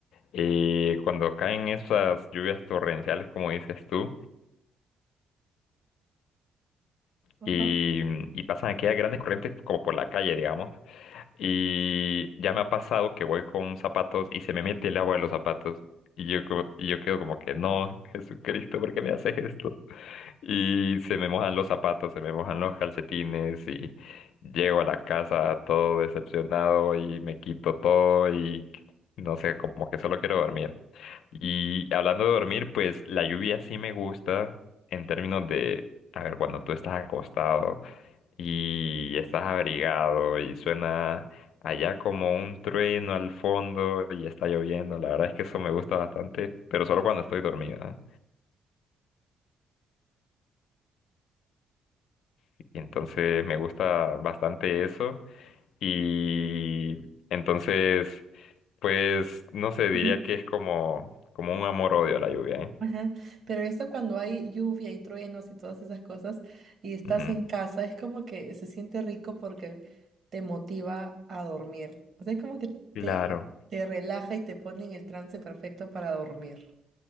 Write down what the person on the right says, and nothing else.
Ajá.
Mm.
Ajá. Pero esto cuando hay lluvia y truenos y todas esas cosas y estás
en casa, es como que se siente rico porque te motiva a dormir. O sea, es como que
te, te relaja y te pone en el trance perfecto para dormir.